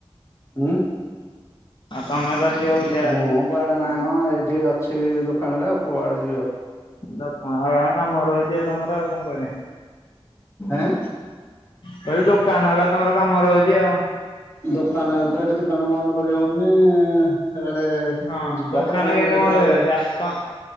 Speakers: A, on the left; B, on the left.
A: ହୁଁ
B: ଆଉ ତମେ କୁଆଡେ ଯିବ ବୋଲି
A: ମୁଁ କୁଆଡେ ନାଇଁ ମ ଏଇଠି ଅଛି ଦୋକାନରେ ଆଉ କୁଆଡେ ଯିବି ଆଉ।
B: ତ କଣ କ କାମ ରହୁଛି ଆଉ ତମର ଆଉ କଣ କରିଆ।
A: ଏଁ
B: କିଲି ଦୋକାନ ଆକା ତମର କାମ ରହୁଛି ଆଉ।
A: ଦୋକାନ ରେ ତ ଏଇଠି ଦୋକାନ ବନ୍ଦ କରି ହଉନି। ଇଆଡେ
B: ହଁ
A: ଯିବା
B: ଦୋକାନ
A: କେତେବେଳେ
B: କେନ୍ତି
A: ଏଇ ଦେଖିବା
B: ବନ୍ଦ କରିବ
A: ଏଇ
B: ଯା ତ